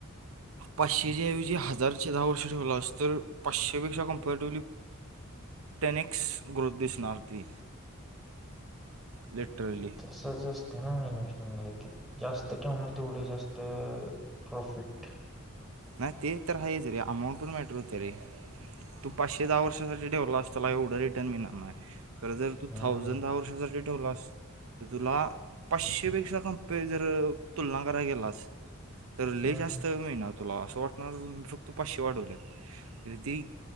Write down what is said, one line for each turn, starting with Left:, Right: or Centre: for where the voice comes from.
Right: पाचशेच्या ऐवजी हजारचे दहा वर्ष ठेवला अस तर पाचशेपेक्षा कम्फर्टेवली. टेनिक्स ग्र, दिसणार ती. ललेट्रली.
Centre: तसच असतं ना. इन्व्हेस्टम क जास्त. ठेवणार तेवढे जास्त. प्रॉफिट.
Right: नाही ते तर आहेच रे अमाऊंट पण मॅटर होत रे. तू पाचशे दहा वर्षासाठी ठेवला. अस तला एवढं रिटर्न मिळणार नाही. खरं जर तू
Centre: हम्म.
Right: थाउजंड दहा वर्षासाठी ठेवलास. तर तुला. पाचशे पेक्षा कंपे जर तुलना करायला गेला अस. तर लले
Centre: हम्म.
Right: जास्त मिळणार तुला असं वाटणार फक्त पाचशे वाढवल्यात. ते